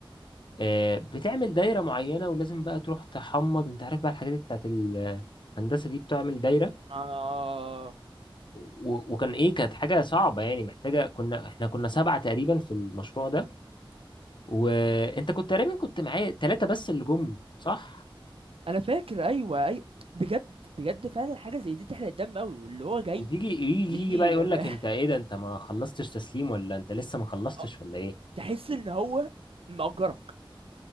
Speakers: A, on the left; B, on the right.
A: آه، بتعمل دايرة معينة ولازم بقى تروح تحمض انت عارف بقى الحاجات بتاعت الهندسة دي بتعمل دايرة
B: آه...
A: و- وكان ايه كانت حاجة صعبة يعني محتاجة كنا احنا كنا سبعة تقريبا في المشروع ده وانت كنت تقريبا كنت معايا ثلاثة بس اللي جم صح
B: انا فاكر ايوه اي بجد بجد فعلا حاجه زي دي تحرق الدم قوي واللي هو جاي
A: وتيجي يجي
B: بيجي
A: يجي بقى
B: م-
A: يقول لك
B: م-
A: انت ايه ده انت ما خلصتش تسليم ولا انت لسه ما خلصتش
B: <laughs> آه،
A: ولا ايه
B: تحس ان هو مأجرك